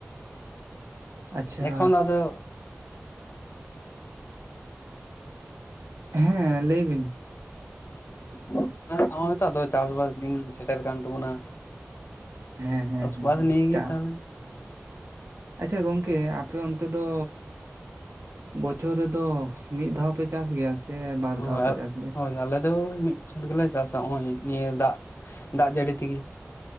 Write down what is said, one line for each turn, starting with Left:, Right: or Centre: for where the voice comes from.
Right: ᱟᱪᱪᱷᱟ
Left: ᱮᱠᱷᱚᱱ ᱟᱫᱚ
Right: ᱦᱮᱸ ᱞᱟᱹᱭ ᱵᱤᱱ᱾
Left: <unintelligible> ᱱᱮᱛᱚᱜ ᱟᱫᱚ ᱪᱟᱥᱵᱟᱥ ᱫᱤᱱ ᱥᱮᱴᱮᱨ ᱠᱟᱱ ᱛᱟᱵᱚᱱᱟ,
Right: ᱦᱮᱸ ᱦᱮᱸ
Left: ᱪᱟᱥᱵᱟᱥ
Right: ᱦᱮᱸ ᱦᱮᱸ
Left: ᱱᱤᱭ ᱜᱮ
Right: ᱪᱟᱥ
Left: ᱛᱟᱦᱚᱞᱮ
Right: ᱟᱪᱪᱷᱟ, ᱜᱚᱝᱠᱮ ᱟᱯᱮ ᱚᱱᱛᱮ ᱫᱚ ᱵᱚᱪᱷᱚᱨ ᱨᱮᱫᱚ, ᱢᱤᱫ ᱫᱷᱟᱣ ᱯᱮ ᱪᱟᱥ ᱜᱮᱭᱟ ᱥᱮ? ᱵᱟᱨ
Left: ᱚᱻ
Right: ᱫᱷᱟᱣ ᱯᱮ ᱪᱟᱥ ᱜᱮᱭᱟ
Left: ᱦᱳᱭ ᱟᱞᱮ ᱫᱚ ᱢᱤᱫ ᱪᱷᱚᱴ ᱜᱮᱞᱮ ᱪᱟᱥᱟ, ᱱᱚᱜ ᱱᱤᱭᱟᱹ ᱫᱟᱜ ᱫᱟᱜ ᱡᱟᱹᱲᱤ ᱛᱮᱜᱮ